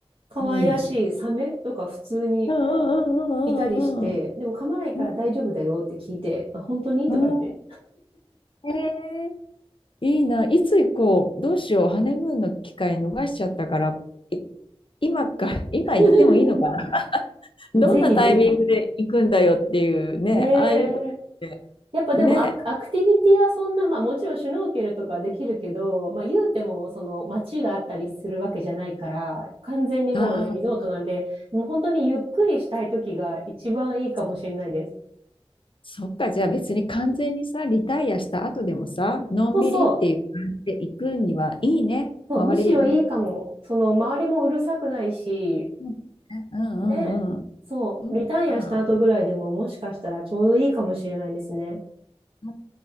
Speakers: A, on the right; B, on the left.
A: 可愛らしいサメとか普通に
B: うん、うん、うん、
A: いたりして、
B: うん、うん、うん。
A: でも噛まないから大丈夫だよって聞いて、
B: うん
A: あ、本当にとか言って。
B: うん。えー、いいな。いつ行こう。どうしよう。ハネムーンの機会逃しちゃったから、い今か、<laughs> 今行ってもいいのかな。
A: <laughs>
B: <laughs> どんなタイミングで行くんだよっていうね、
A: ぜひぜひ。ね
B: ああいうとこってね。
A: え。やっぱでもアク、アクティビティはそんな、まあもちろんシュノーケルとかはできるけど、まあ言うてもその街があったりするわけじゃないから、完全にもうね、
B: ああ、
A: リゾートなんで、もう本当にゆっくりしたい時が一番いいかもしれないです。
B: そそっか。じゃあ別に完全にさ、リタイアした後でもさ、のんびりっていう感じで行くにはいいね。
A: そうそう、そう、
B: 周り見、
A: むしろいいかも。その周りもうるさくないし、
B: うんう
A: ね、
B: んうん。
A: そう、
B: そっか。
A: リタイアした後ぐらいでももしかしたらちょうどいいかもしれないですね。
B: あっ